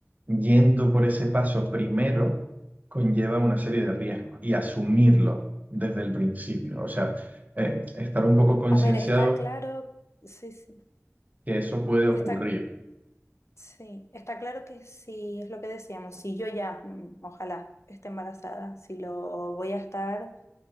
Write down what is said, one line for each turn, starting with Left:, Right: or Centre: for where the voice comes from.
Right: yendo por ese paso primero conlleva una serie de riesgos y asumirlo desde el principio. O sea, eh, estar un poco concienciados
Left: A ver, está claro, sí, sí,
Right: que eso puede ocurrir.
Left: está, sí, está claro que sí, es lo que decíamos, si yo ya, mm, ojalá, esté embarazada, si lo voy a estar